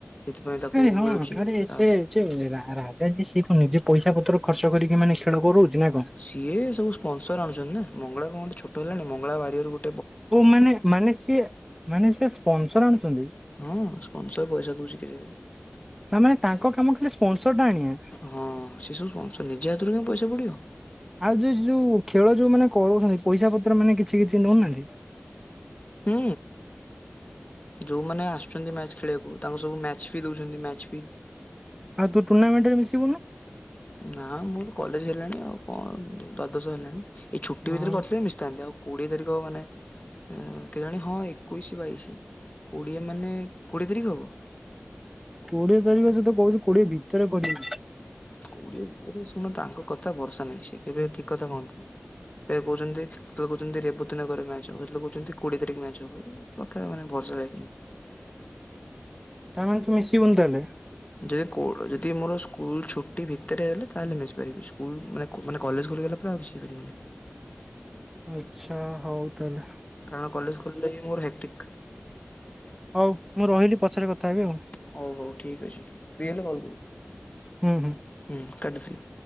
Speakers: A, on the left; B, in the centre.
A: ସେଥିପାଇଁ ତାକୁ
B: ଆରେ ହଁ
A: ମିଳୁଛି
B: ଆରେ
A: ସାହସ।
B: ସେ ରା-ରାଜା ଯିଏ ସିଏ କଣ ନିଜେ ପଇସା ପତର ଖର୍ଚ୍ଚ କରିକି ମାନେ ଖେଳ କରଉଛି ନା କଣ?
A: ସିଏ ସବୁ ସ୍ପନସର ଆଣୁଛନ୍ତି। ନା ମଙ୍ଗଳା କଣ ଛୋଟ ହେଲାଣି ମଙ୍ଗଳା ବାରିଆରୁ ଗୋ
B: ଓ ମାନେ ମାନେ ସିଏ ମାନେ ସେ ସ୍ପନସର ଆଣୁଛନ୍ତି।
A: ହଁ, ସ୍ପନସର ପଇସା ଦଉଛି ଖେଳିବାକୁ।
B: ତା ମାନେ ତାଙ୍କ କାମ ଖାଲି ସ୍ପନସର ଟା ଆଣିବା।
A: ହଁ, ସେ ସବୁ <unintelligible> ନିଜ ହାତରୁ କାଇଁ ପଇସା ପଡ଼ିବ।
B: ଆଉ ଯ ଯୋଉ ଖେଳ ଯୋଉ ମାନେ କରୁଛନ୍ତି। ପଇସା ପତ୍ର ମାନେ କିଛି କିଛି ନଉ ନାହାନ୍ତି?
A: ହୁଁ, ଯୋଉମାନେ ଆସୁ ଛନ୍ତି ମ୍ୟାଚ ଖେଳିବାକୁ ତାଙ୍କୁ ସବୁ ମ୍ୟାଚ ବି ଦଉଛନ୍ତି ମ୍ୟାଚ ବି।
B: ଆଉ ତୁ ଟୁର୍ଣ୍ଣାମେଣ୍ଟରେ ମିଶିବୁନୁ।
A: ନା ମୋର କଲେଜ ହେଲାଣି ଆଉ କଣ ଦ୍ଵାଦଶ ହେଲାଣି ଏଇ ଛୁଟି
B: ନା
A: ଭିତରେ କରିଥିଲେ ମିଶଥାନ୍ତି ଆଉ କୋଡ଼ିଏ ତାରିଖ ମାନେ ଏ କେଜାଣି ହଁ ଏକୋଇଶ ବାଇଶି କୋଡିଏ ମାନେ କୋଡିଏ ତାରିଖ ହବ।
B: କୋଡିଏ ତାରିଖ ସେତ କହୁଛି କୋଡିଏ ଭିତରେ କରିବ
A: କୋଡିଏ ଭିତରେ ଶୁଣ ତାଙ୍କ କଥା ଭରସା ନାହିଁ। ସେଏ କେବେ ଠିକ କଥା କହନ୍ତିନି? କେ କହୁଛନ୍ତି କେତେଳେ କହୁଛନ୍ତି ରେବତୀଗରେ ମ୍ୟାଚ୍ ହବ କେତେଳେ କହୁଛନ୍ତି କୋଡିଏ ତାରିଖ ମ୍ୟାଚ୍ ହବ, ଏ କଥା ମାନେ ଭରସା ଲାଇକି ନୁହେଁ।
B: ତାମାନେ ତୁ ମିଶିବୁନି ତାହେଲେ?
A: ଯେ କୋଡ଼ ଯଦି ମୋର ସ୍କୁଲ ଛୁଟି ଭିତରେ ହେଲେ ତାହେଲେ ମିଶି ପାରିବି ସ୍କୁଲ ମାନ ମାନେ କଲେଜ ଖୋଲିଗଲେ ପରେ ଆଉ ମିଶି ପାରିବିନି।
B: ଆଚ୍ଛା ହଉ ତାହଲେ।
A: କାରଣ କଲେଜ ଖୋଲିଲେ ମୋର ହେକ୍ଟିକ
B: ହଉ ମୁଁ ରହିଲି ପଛରେ କଥା ହେବି ଆଉ।
A: ହଉ ହଉ ଠିକ୍ ଅଛି ଫ୍ରି ହେଲେ କଲ୍ କରିବି
B: ହୁଁ ହୁଁ।
A: ହୁଁ କାଟି ଦିଅ।